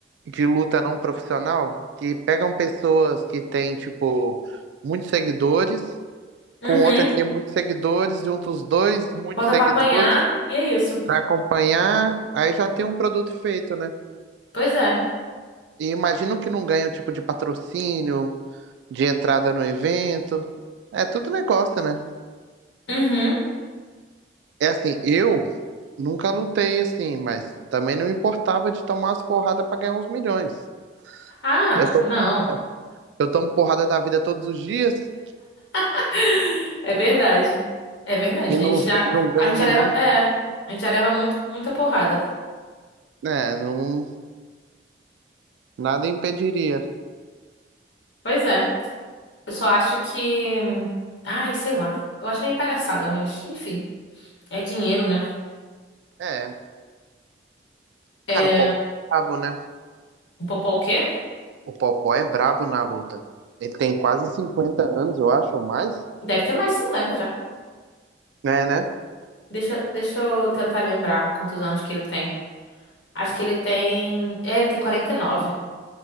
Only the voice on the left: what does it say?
uhum,
bota
pra apanhar e é isso.
Pois é.
Uhum.
Ah,
não.
<laughs> É verdade. É verdade.
A gente
já,
a gente
já leva, é, a gente já leva muito, muita porrada.
Pois é. Eu só acho que, ai, sei lá. Eu acho meio palhaçada, mas enfim, é dinheiro, né?
É,
o Popó o quê?
Deve ter mais de 50 já.
Deixa, deixa eu tentar lembrar quantos anos que ele tem. Acho que ele tem, é, ele tem 49.